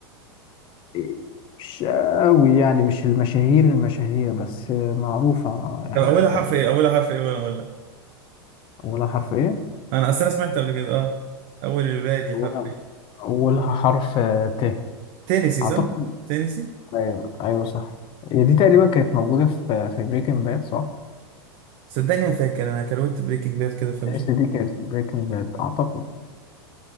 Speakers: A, on the left (about 40°); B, on the right (about 50°).
A: إيه، مش أوي يعني مش المشاهير المشاهير بس معروفة آه، يعني
B: طب اولها
A: يعتبر
B: حرف ايه اولها حرف ايه وانا اقول لك
A: أولها حرف إيه؟
B: انا اصل انا سمعت قبل كده اه اول الباقي دي
A: أولها
B: حرف ايه
A: أولها حرف آه، ت
B: تينيسي
A: أعتقد
B: صح تينيسي
A: أيوه أيوه صح هي دي تقريبا كانت موجودة في في بريكنج باد صح؟
B: صدقني ما فاكر انا كروت بريكنج باد كده فمش
A: تأس
B: عارف.
A: دي كانت في بريكنج باد أعتقد